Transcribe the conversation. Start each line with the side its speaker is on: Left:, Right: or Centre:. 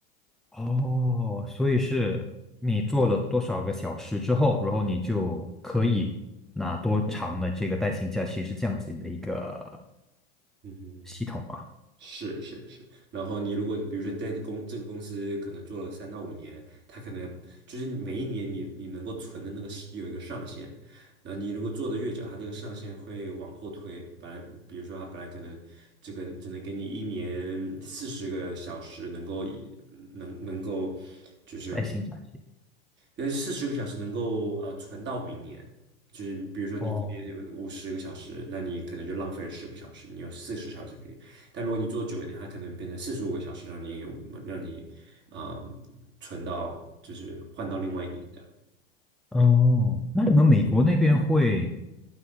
Centre: 哦，所以是你做了多少个小时之后，
Right: 嗯哼。
Centre: 然后你就可以拿多长的这个带薪假期，是这样子的一个
Right: 嗯嗯
Centre: 系统啊，
Right: 是是是，然后你如果比如说你在这公这个公司可能做了三到五年，他可能就是每一年你你能够存的那个是有一个上限，那你如果做的越久，它这个上限会往后推。本来比如说它本来可能这个只能给你一年四十个小时能够以能能够就是。
Centre: 带薪假期。
Right: 呃，四十个小时能够呃存到明年，就是比如说你今天有五十个小时，
Centre: 哦，
Right: 那你可能就浪费了十个小时，你有四十小时可以。但如果你做久一点，它可能变成四十五个小时，让你让你嗯存到就是换到另外一年的，
Centre: 哦，那你们美国那边会